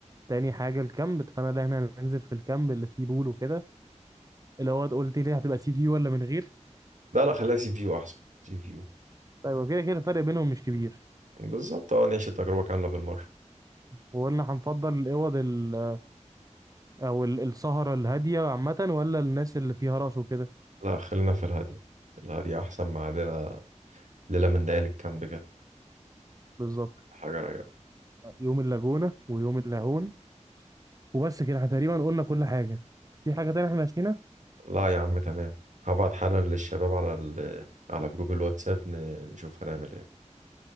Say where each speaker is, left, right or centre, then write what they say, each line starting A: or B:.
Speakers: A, on the right (about 30°); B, on the right (about 75°).
A: تاني حاجة الكامب فأنا ده احنا هننزل في الكامب اللي فيه بول وكده اللي هو قلت لي هتبقى سي في ولا من غير
B: لا لا خليها سي فيو احسن سي فيو
A: طيب وكده كده الفرق بينهم مش كبير
B: بالظبط اه نعيش التجربة كاملة بالمرة
A: وقلنا هنفضل الاوض ال- او ال- السهره الهاديه عامه ولا الناس اللي فيها رقص وكده
B: لا خلينا في الهادية الهادية احسن مع ليلة ليلة من ليالي الكامب كده
A: بالظبط
B: حاجة رايقة
A: يوم اللاجونه ويوم اللاهون وبس كده احنا تقريبا قلنا كل حاجه في حاجه تانية احنا نسينا
B: لا يا عم تمام هبعت حالا للشباب على ال... على جروب الواتساب ن- نشوف هنعمل ايه